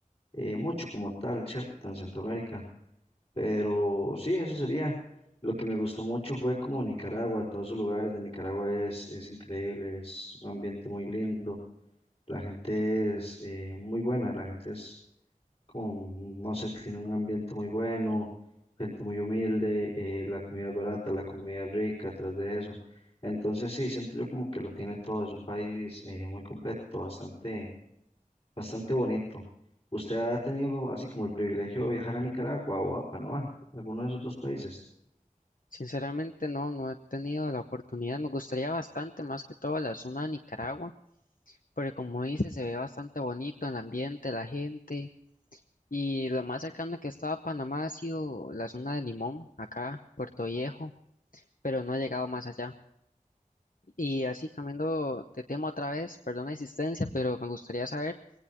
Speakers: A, on the left; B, on the left.
A: eh, mucho como tal, ¿cierto? En Centroamérica. Pero sí, eso sería. Lo que me gustó mucho fue como Nicaragua, todos esos lugares de Nicaragua es, es increíble, es un ambiente muy lindo, la gente es eh, muy buena, la gente es como, no sé, tiene un ambiente muy bueno, gente muy humilde, eh, la comida es barata, la comida es rica, atrás de eso. Entonces sí, siento yo como que lo tiene todo, es un país eh, muy completo, bastante Bastante bonito. ¿Usted ha tenido así como el privilegio de viajar a Nicaragua o a Panamá, alguno de esos dos países?
B: Sinceramente no, no he tenido la oportunidad. Me gustaría bastante, más que todo, la zona de Nicaragua, porque como dice, se ve bastante bonito el ambiente, la gente. Y lo más cercano que estaba a Panamá ha sido la zona de Limón, acá, Puerto Viejo, pero no he llegado más allá. Y así cambiando de tema otra vez, perdón la insistencia, pero me gustaría saber